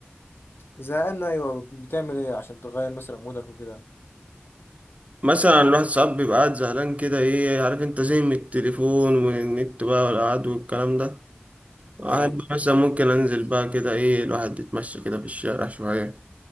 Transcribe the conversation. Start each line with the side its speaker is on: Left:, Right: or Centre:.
Left: زهقان ايوه بتعمل ايه عشان تغير مثلا مودك وكده
Right: مثلا الواحد ساعات بيبقى قاعد زهلان كده ايه عارف انت زي من التليفون والنت بقى والقعد والكلام ده احب
Left: ايوه
Right: مثلا ممكن انزل بقى كده ايه الواحد يتمشى كده في الشارع شوية